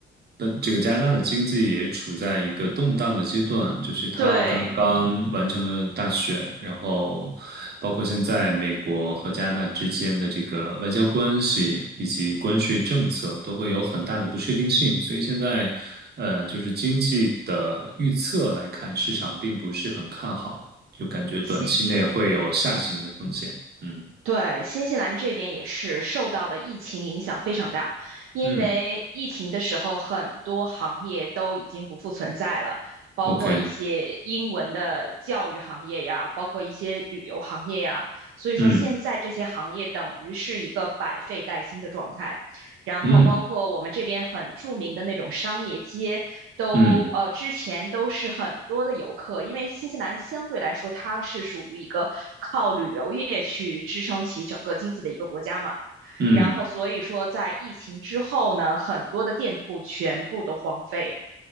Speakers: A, on the right; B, on the right.
A: 的这个加拿大的经济也处在一个动荡的阶段，就是它刚刚完成了大选，
B: 对。
A: 然后包括现在美国和加拿大之间的这个外交关系以及关税政策都会有很大的不确定性，所以现在呃，就是经济的预测来看，市场并不是很看好，就感觉短期内会有下行的风险。
B: 西
A: 嗯
B: 对，新西兰这边也是受到的疫情影响非常大，因为疫情的时候，
A: 嗯
B: 很多行业都已经不复存在了，包括一些英文的教育行业呀，
A: ，OK。
B: 包括一些旅游行业呀，所以说现在这些行业等于是一个百废待兴的状态。
A: 嗯
B: 然后包括我们这边很著名的那种商业街都，
A: 嗯嗯
B: 都呃之前都是很多的游客，因为新西兰相对来说它是属于一个靠旅游业去支撑起整个经济的一个国家嘛，
A: 嗯
B: 然后所以说在疫情之后呢，很多的店铺全部都荒废了，